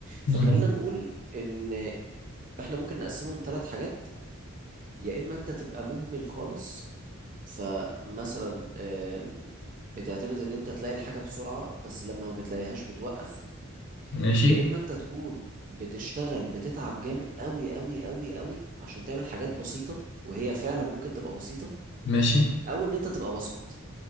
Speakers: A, on the right (about 40°); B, on the left (about 55°).
A: فخلينا
B: مم.
A: نقول ان احنا ممكن نقسمهم ثلاث حاجات يا اما انت تبقى مهمل خالص فمثلا آم، بتعتمد ان انت تلاقي الحاجة بسرعة بس لما ما بتلاقيهاش بتوقف
B: ماشي
A: يا اما انت تكون بتشتغل بتتعب جامد قوي قوي قوي قوي عشان تعمل حاجات بسيطة وهي فعلا ممكن تبقى بسيطة
B: ماشي
A: او ان انت تبقى وسط